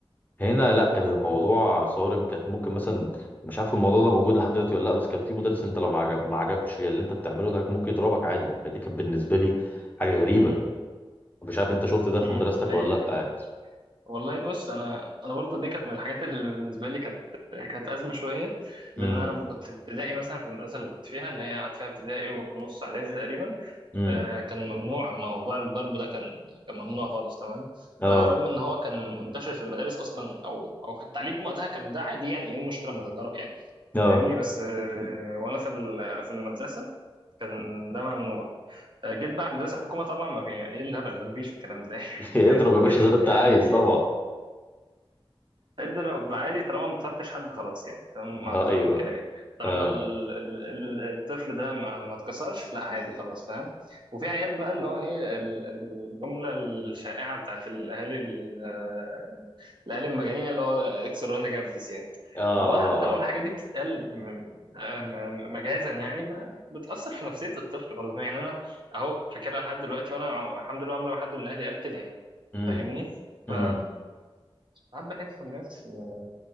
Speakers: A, on the left; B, on the right.
A: هنا لا كان الموضوع
B: أمم،
A: صارم كانت ممكن مثلا مش عارف الموضوع ده موجود لحد دلوقتي ولا لا بس كان في مدرس انت لو ما عجب ما عجبتش اللي انت بتعمله ده كان ممكن يضربك عادي فدي كانت بالنسبة لي حاجة غريبة
B: أمم،
A: مش عارف انت شفت ده في
B: أمم.
A: مدرستك
B: ايوه
A: ولا
B: أيوة.
A: لا يعني
B: والله بص انا انا برضه دي كانت من الحاجات اللي بالنسبه لي كانت كانت ازمه شويه لان
A: امم
B: انا لما كنت في ابتدائي مثلا في المدرسه اللي كنت فيها اللي هي قعدت فيها ابتدائي ونص اعدادي تقريبا
A: امم
B: آه، كان ممنوع موضوع الضرب ده كان كان ممنوع خالص تمام
A: اه
B: آه، رغم ان هو كان منتشر في المدارس اصلا او او في التعليم وقتها كان ده عادي يعني ايه المشكله ما تتضرب يعني
A: اه
B: فاهمني بس آه، وانا في ال- في المدرسه كان ده ممنوع آه، جيت بقى المدرسه الحكومه طبعا ما في ايه الهبل ده مفيش الكلام ده <laughs>
A: <laughs>
B: فاهم
A: اضرب يا باشا زي ما انت
B: يعني
A: عايز طبعا
B: اضرب عادي طالما ما كسرتش حد خلاص يعني فاهم مبدأهم
A: اه ايوه
B: كده يعني طالما
A: اه
B: ال- ال- ال- الطفل ده ما ما اتكسرش لا عادي خلاص فاهم وفي عيال بقى اللي هو ايه ال- الجملة الشائعة بتاعت الاهالي ال- آه، الاهالي المجانين اللي هو اكسر وانا جبس يعني
A: اه
B: اللي هو حتى
A: اه
B: لو
A: اه
B: الحاجة دي بتتقال م- آه، م- مجازا يعني ما بتأثر في نفسية الطفل برضه يعني انا اهو فاكرها لحد دلوقتي وانا الحمد لله عمري ما حد من اهلي قال كده يعني
A: امم
B: فاهمني ف
A: امم
B: ساعات بحس الناس م-